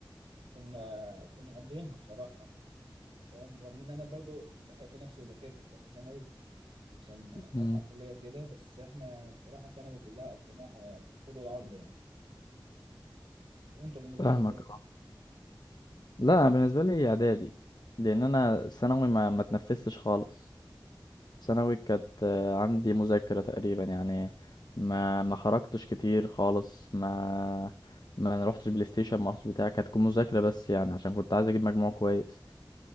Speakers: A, on the right; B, on the left.
A: كنا كنا مقضيينها بصراحه فاهم رغم ان انا برضو لحقت نفسي وذاكرت في ثالثه ثانوي عشان
B: مم.
A: الحق كليه وكده بس احنا بصراحه ثانوي كلها قضيناها بالطول والعرض يعني وانت بالنسبه
B: فاهمك
A: لك ايه
B: أه لا أنا بالنسبة لي إعدادي لأن أنا ثانوي ما ما تنفستش خالص ثانوي كانت آه، عندي مذاكرة تقريبا يعني ما ما خرجتش كتير خالص ما ما رحتش بلاي ستيشن ما رحتش بتاع كانت تكون مذاكرة بس يعني عشان كنت عايز أجيب مجموع كويس